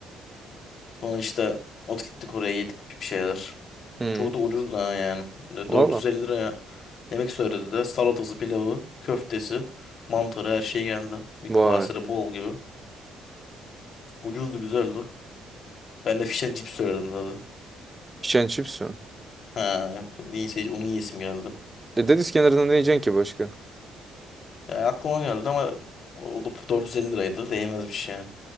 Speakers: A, on the left; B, on the right.
A: Sonra işte ot gittik oraya yedik bir şeyler.
B: Hı.
A: Çok da ucuz da ha yani. 450
B: Valla.
A: liraya yemek söylediler. Salatası, pilavı, köftesi, mantarı her şey geldi. Bir
B: Vay.
A: kasede bol gibi. Ucuzdu güzeldi. Ben de fish and chips söyledim zaten.
B: İçen çips mi?
A: He. Neyse onu yiyesim geldi.
B: E deniz kenarında ne yiyeceksin ki başka?
A: Yani aklıma geldi ama o da 450 liraydı. Değmezmiş yani.